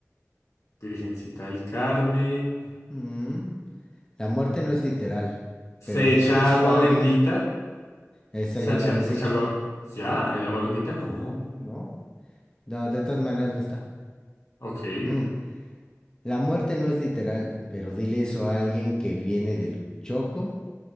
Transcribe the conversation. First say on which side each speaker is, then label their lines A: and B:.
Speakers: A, on the left; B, on the left.
A: Virgencita del Carmen.
B: Mm, La muerte no es literal, pero
A: Se
B: dile
A: echa
B: eso
A: agua
B: a alguien.
A: bendita.
B: Esa
A: Se
B: ya
A: echa,
B: la habías
A: se
B: dicho.
A: echa agua. Ya, el agua bendita
B: Mm,
A: no.
B: No. No, de todas maneras no está.
A: Ok.
B: Ujú. La muerte no es literal, pero dile eso a alguien que viene del Choco.